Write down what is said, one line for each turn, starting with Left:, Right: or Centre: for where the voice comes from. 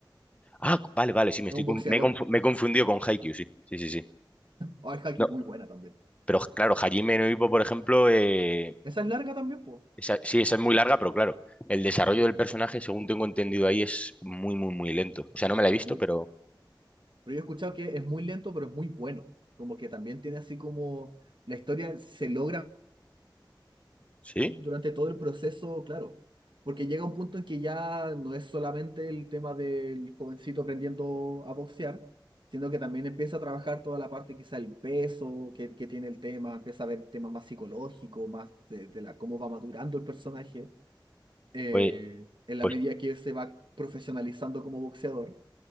Left: Ah, vale, vale, sí, me estoy,
Right: Es un
Left: con-
Right: boxeador.
Left: me he confu- me he confundido con Haikyuu, sí, sí, sí, sí.
Right: Ah, es Haikyuu,
Left: No,
Right: muy buena también.
Left: Pero claro, Hajime no Ippo, por ejemplo, eh,
Right: Esa es larga también, pues.
Left: esa- sí, esa es muy larga, pero claro, el desarrollo del personaje, según tengo entendido ahí, es muy, muy, muy lento. O sea, no me la
Right: Es
Left: he visto,
Right: muy.
Left: pero
Right: Pero yo he escuchado que es muy lento, pero es muy bueno. Como que también tiene así como. La historia se logra
Left: sí,
Right: durante todo el proceso, claro. Porque llega un punto en que ya no es solamente el tema del jovencito aprendiendo a boxear, sino que también empieza a trabajar toda la parte, quizá el peso que, que tiene el tema, empieza a ver temas más psicológicos, más de, de la, cómo va madurando el personaje. eh,
Left: pues,
Right: en la
Left: pues
Right: medida que él se va profesionalizando como boxeador,